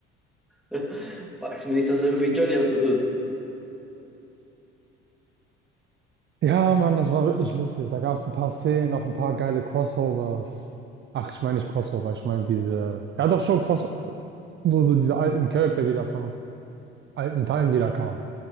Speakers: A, in the centre; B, on the right.
A: <laughs> Fragst du mir nicht, das hat irgendwie Johnny zu tun.
B: Ja, Mann, das war wirklich lustig. Da gab es ein paar Szenen, auch ein paar geile Crossovers. Ach, ich meine nicht Crossover, ich meine diese, ja doch schon Crossover, wo so diese alten Charakter wieder von alten Teilen wieder kamen.